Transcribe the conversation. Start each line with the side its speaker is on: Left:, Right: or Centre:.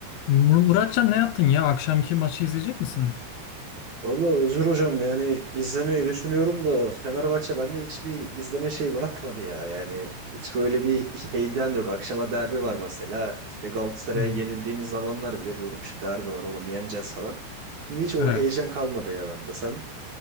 Left: Mur- Muratcan ne yaptın ya? Akşamki maçı izleyecek misin?
Right: Valla Özgür Hocam yani izlemeyi düşünüyorum da Fenerbahçe bende hiçbir izleme şeyi bırakmadı ya. Yani hiç böyle bir şeyden yok. Akşama derbi var mesela. İşte Galatasaray'a
Left: Hı
Right: yenildiğimiz zamanlar bile diyordum işte derbi var oğlum yeneceğiz falan. Şimdi hiç o
Left: Evet.
Right: heyecan kalmadı ya bende sen.